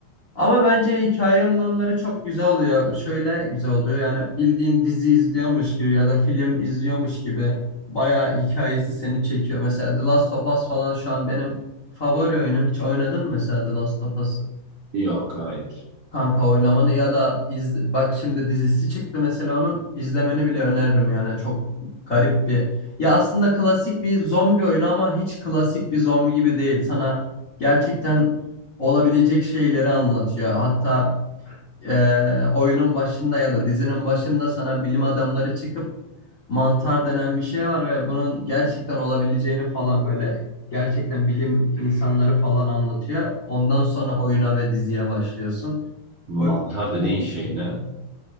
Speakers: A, on the left; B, on the right.
A: Ama bence hikaye anlatımları çok güzel oluyor. Şöyle güzel oluyor yani bildiğin dizi izliyormuş gibi ya da film izliyormuş gibi bayağı hikayesi seni çekiyor. Mesela The Last of Us falan şu an benim favori oyunum. Hiç oynadın mı mesela The Last of Us'ı?
B: yok hayır.
A: Kanka oynamanı ya da izle... bak şimdi dizisi çıktı mesela onun izlemeni bile öneririm yani çok garip bir. Ya aslında klasik bir zombi oyunu ama hiç klasik bir zombi gibi değil. Sana gerçekten olabilecek şeyleri anlatıyor. Hatta e, oyunun başında ya da dizinin başında sana bilim adamları çıkıp mantar denen bir şey var ve bunun gerçekten olabileceğini falan böyle gerçekten bilim insanları falan anlatıyor. Ondan sonra oyuna ve diziye başlıyorsun.
B: Mantar
A: O yüzden güzel
B: dediğin
A: olmuş.
B: şey ne?